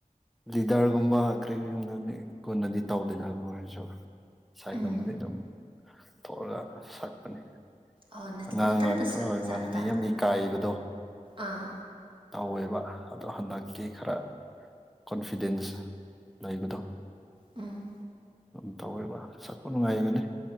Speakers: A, in the centre; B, on the right (about 40°).
A: ꯂꯤꯗꯔꯒꯨꯝꯕ ꯀꯔꯤ ꯀꯔꯤꯒꯨꯝꯕꯅꯤ ꯀꯣꯟꯅꯗꯤ ꯇꯧꯗꯦꯅ ꯃꫭꯏꯁꯨ꯫ ꯁꯥꯏꯒꯕꯗꯒꯤ
B: ꯎꯝ
A: ꯑꯗꯨꯝ ꯊꯣꯛꯂꯒ ꯁꯛꯄꯅꯤ꯫
B: ꯑꯣ ꯅ-
A: ꯑꯉꯥꯡ
B: ꯅꯊꯟꯇ
A: ꯑꯣꯏ ꯈꯔ
B: ꯁꯛꯄ
A: ꯑꯣꯏꯕ
B: ꯖꯥꯠꯇ
A: ꯒꯥꯟꯗꯗꯤ ꯌꯥꯝ ꯏꯀꯥꯏꯕꯗꯣ꯫
B: ꯑꯥ
A: ꯇꯧꯋꯦꯕ ꯑꯗꯣ ꯍꯟꯗꯛꯇꯤ ꯈꯔ꯫ ꯀꯣꯟꯐꯤꯗꯦꯟꯁ ꯂꯩꯕꯗꯣ꯫
B: ꯎꯝ꯫
A: ꯑꯗꯨꯝ ꯇꯧꯋꯦꯕ ꯁꯛꯄ ꯅꯨꯡꯉꯥꯏꯕꯅꯤ